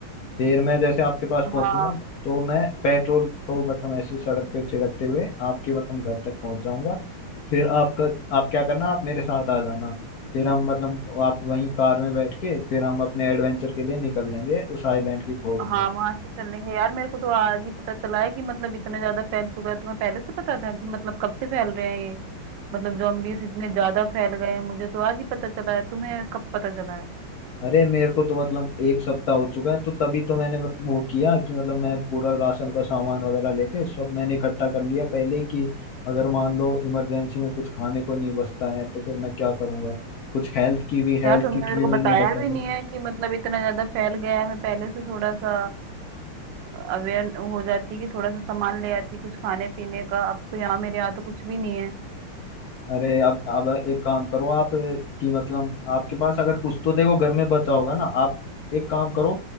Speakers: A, on the left; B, on the right.
A: फिर मैं जैसे आपके पास पहुंचूंगा
B: हाँ
A: तो मैं पेट्रोल को मतलब ऐसे सड़क पे छिड़कते हुए आपके मतलब घर तक पहुंच जाऊंगा फिर आपका आप क्या करना आप मेरे साथ आ जाना फिर हम मतलब आप वहीं कार में बैठ के फिर हम अपने एडवेंचर के लिए निकल लेंगे उस आइलैंड की खोज
B: हाँ
A: में
B: वहां से चलेंगे यार मेरे को तो आज ही पता चला है कि मतलब इतना ज्यादा फैल चुका है तुम्हें पहले से पता था कि मतलब कब से फैल रहे हैं ये मतलब zombies इतने ज्यादा फैल गए हैं मुझे तो आज ही पता चला है तुम्हें कब पता चला है
A: अरे मेरे को तो मतलब एक सप्ताह हो चुका है तो तभी तो मैंने वो किया कि मतलब मैं पूरा राशन का सामान वगैरह लेके सब मैंने इकट्ठा कर लिया पहले ही कि अगर मान लो इमरजेंसी में कुछ खाने को नहीं बचता है तो फिर मैं क्या करूंगा कुछ हेल्थ की भी हेल्थ
B: यार तुमने
A: किट
B: मेरे
A: भी
B: को
A: मैंने
B: बताया
A: इकट्ठा
B: भी
A: कर
B: नहीं है कि मतलब इतना ज्यादा फैल गया है मैं पहले से थोड़ा सा अवेयर हो जाती कि थोड़ा सा सामान ले आती कुछ खाने पीने का अब तो यहाँ मेरे यहाँ तो कुछ भी नहीं है
A: अरे अब अब एक काम करो आप कि मतलब आपके पास अगर कुछ तो देखो घर में बचा होगा ना आप एक काम करो